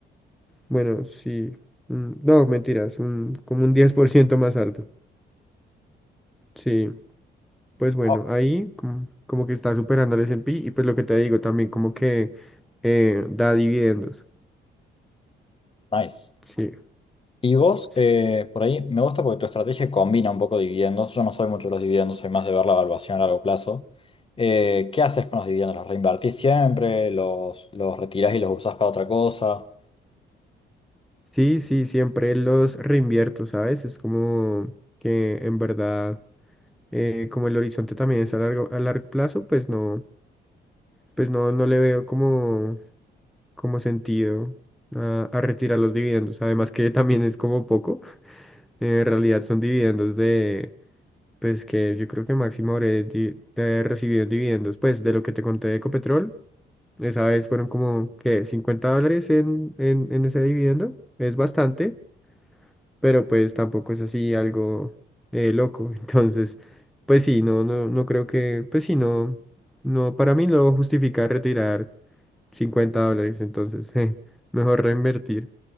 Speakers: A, in the centre; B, on the left.
A: Bueno, sí. mm, No, mentiras, un, como un 10% más alto. Sí, pues bueno,
B: Oh,
A: ahí como, como que está superando al S&P y pues lo que te digo también como que eh, da dividendos.
B: nice.
A: Sí.
B: Y vos,
A: Sí.
B: eh,
A: sí, sí.
B: por ahí, me gusta porque tu estrategia combina un poco dividendos. Yo no soy mucho de los dividendos, soy más de ver la evaluación a largo plazo. Eh, ¿qué haces con los dividendos? ¿Los reinvertís siempre? ¿Los, los retirás y los usás para otra cosa?
A: Sí, sí, siempre los reinvierto, ¿sabes? Es como que en verdad, eh, como el horizonte también es a largo, a largo plazo, pues no, pues no, no le veo como, como sentido a, a retirar los dividendos. Además que también es como poco. eh, en realidad son dividendos de, pues que yo creo que máximo habré di- de recibido dividendos, pues de lo que te conté de Ecopetrol. Esa vez fueron como que 50 dólares en, en, en ese dividendo. Es bastante. pero pues tampoco es así algo eh, loco. <laughs> Entonces, pues sí, no, no, no creo que, pues sí, no, no, para mí no justifica retirar 50 dólares, entonces, <laughs> eh, mejor reinvertir.